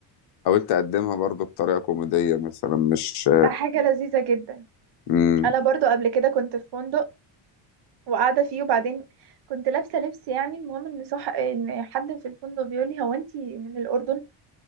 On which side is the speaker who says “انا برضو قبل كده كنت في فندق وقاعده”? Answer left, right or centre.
Right